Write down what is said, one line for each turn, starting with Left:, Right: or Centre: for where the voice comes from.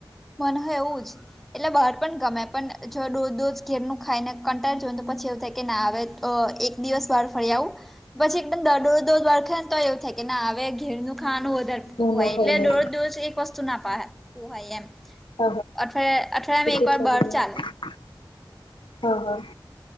Centre: મને હો એવું જ એટલે બાર પણ ગમે પન જો દોજ દોજ ઘેરનું ખાઈ ને કંટાળ જોન તો પછી એવું થાય કે ના અવે તો એક દિવસ બાર ફર્યાવું. પછી એકદમ દાડ દોજ દોજ વાળખે ન તો એવું થાય કે ના અવે ઘેરનું ખાવાનું વધુ તેર
Left: ઘરનું
Centre: પોહાય
Left: ખાઈએ
Centre: એટલે દોરોજ દોજ એક વસ્તુ ના પાહા પોહાય એમ
Left: હ હ
Centre: અઠવાડિયા અઠવાડિયામાં
Left: એ તો
Centre: એકવાર
Left: <unintelligible>
Centre: બહાર ચાલે
Left: હા હા